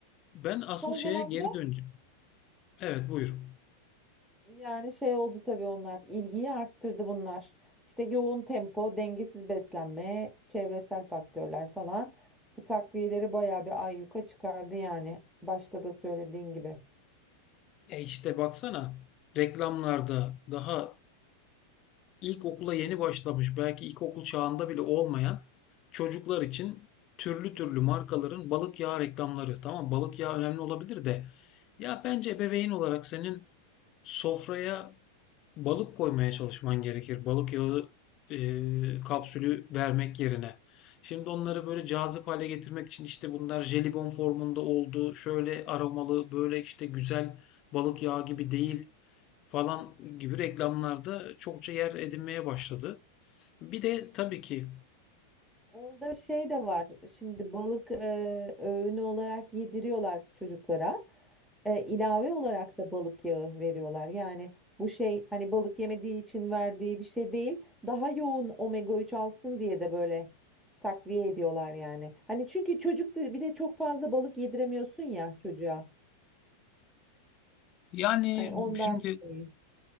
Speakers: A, on the left; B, in the centre.
A: ben asıl
B: son
A: şeye
B: zamanda
A: geri döneceğim. Evet buyur.
B: Yani şey oldu tabii onlar. ilgiyi arttırdı bunlar. İşte yoğun tempo, dengesiz beslenme, çevresel faktörler falan. Bu takviyeleri bayağı bir ayyuka çıkardı yani. Başta da söylediğin gibi.
A: E işte baksana reklamlarda daha İlkokula yeni başlamış, belki ilkokul çağında bile olmayan çocuklar için türlü türlü markaların balık yağı reklamları. Tamam, balık yağı önemli olabilir de ya bence ebeveyn olarak senin sofraya balık koymaya çalışman gerekir. Balık yağı e, kapsülü vermek yerine. Şimdi onları böyle cazip hale getirmek için işte bunlar jelibon formunda oldu, şöyle aromalı, böyle işte güzel balık yağı gibi değil falan gibi reklamlarda çokça yer edinmeye başladı. Bir de tabii ki
B: Orada şey de var. Şimdi balık e, öğünü olarak yediriyorlar çocuklara. E, ilave olarak da balık yağı veriyorlar. Yani bu şey hani balık yemediği için verdiği bir şey değil. Daha yoğun omega 3 alsın diye de böyle takviye ediyorlar yani. Hani çünkü çocuk da- bir de çok fazla balık yediremiyorsun ya çocuğa.
A: Yani
B: Hani ondan.
A: şimdi
B: dolayı.